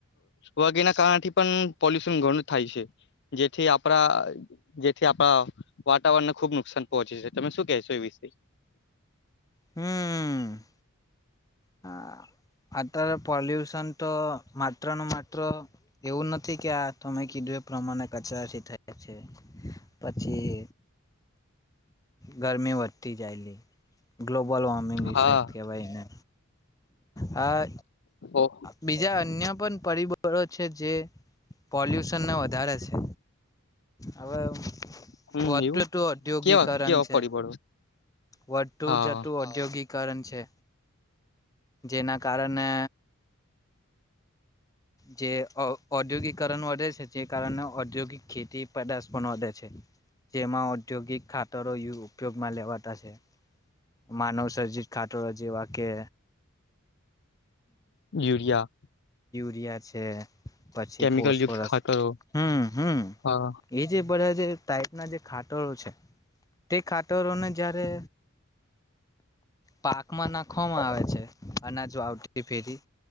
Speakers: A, on the left; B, on the left.
A: વગેના એના કારણથી પણ પોલ્યુશન ઘણું થાય છે. જેથી આપણા જેથી આપણા વાતાવરણને ખુબ નુકસાન પહોંચે છે. તમે શું કેશો એ વિશે?
B: હમ હ! અત્યારે પોલ્યુશન તો માત્ર ને માત્ર એવું નથી કે આ તમે કીધું એ પ્રમાણે કચરાથી થાય છે. પછી ગરમી વધતી જાયલી ગ્લોબલ વોર્મિંગ ઇફેક્ટ
A: હા
B: કહેવાય એને. હા!
A: ઓહ
B: બીજા અન્ય પણ પરિબળો છે જે પોલ્યુશન ના વધા રે છે. હવે
A: હમ
B: વધતું
A: એવું
B: તું ઔધ્યોગિકરણ
A: કેવા કેવા
B: છે,
A: પરિબળો
B: વધતું
A: હા
B: જતું ઔધ્યોગિક કારણ છે? જેના કારને જે ઓ ઔદ્યોગિકરણ વધે છે, જે કારણે ઔદ્યોગિક ખેતી પેદાશ પણ વધે છે. જેમાં ઔદ્યોગિક ખાતરો યુ ઉપયોગમાં લેવાતા છે. માનવ સરજીત ખાતરો જેવા કે!
A: યુરિયા
B: યા છે. પછી
A: કેમિકલ
B: ફોસફરસ.
A: યુક્ત ખાતરો
B: હમ હમ
A: હા
B: એ જે બધાં જે ટાઈપના જે ખાતરો છે. તે ખાટરો ને જયારે પાકમાં નાખવામાં આવે છે. અનાજ વાવટી ફેરી